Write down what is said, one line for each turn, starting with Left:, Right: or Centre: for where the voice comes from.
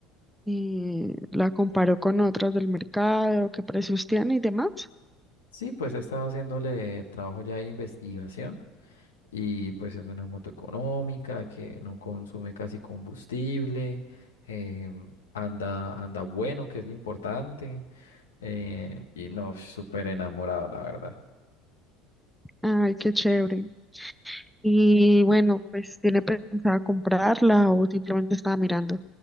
Centre: ¿Y la comparó con otras del mercado? ¿Qué precios tiene y demás?
Left: Sí, pues he estado haciéndole trabajo ya de investigación. Y pues es una moto económica que no consume casi combustible, em, anda, anda bueno, que es lo importante. eh, y no, súper enamorado, la verdad.
Centre: Ay, qué chévere. Y bueno, pues tiene pensada comprarla o simplemente estaba mirando.